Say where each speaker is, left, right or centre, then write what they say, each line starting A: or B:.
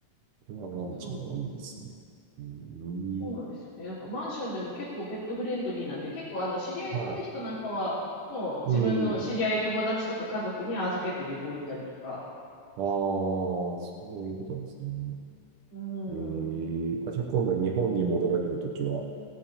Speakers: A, on the right; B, on the left.
A: それはワンちゃんもいいですね。
B: そう、
A: うーん。
B: そうなんですよね。なんかマンションでも結構ペットフレンドリーなんで、結構あの知り合いが多い人なんかは、
A: はい。
B: もう自分の知り合い、
A: うん。
B: 友達とか家族に預けて旅行行ったりとか。
A: ああ、そういうことなんですね。
B: うん、
A: ええあ、じゃあ今度日本に戻られるときは、